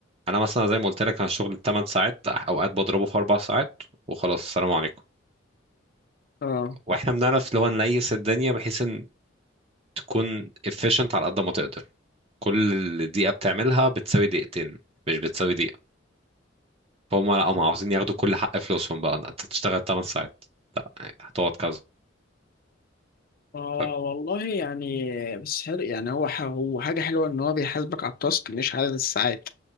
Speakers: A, on the right; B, on the left.
A: انا مثلا زي ما قلت لك انا شغل 8 ساعات اوقات بضربه في اربع ساعات وخلاص السلام عليكم
B: اه
A: واحنا بنعرف اللي هو نليس الدنيا بحيث ان تكون efficient على قد ما تقدر كل دقيقه بتعملها بتساوي دقيقتين مش بتساوي دقيقه فهم لا هم عاوزين ياخدوا كل حق فلوسهم بقى انت تشتغل 8 ساعات لا يعني هتقعد كذا
B: اه
A: ف-
B: والله يعني بس حلو يعني هو ح- هو حاجة حلوة ان هو بيحاسبك على التاسك مش عدد الساعات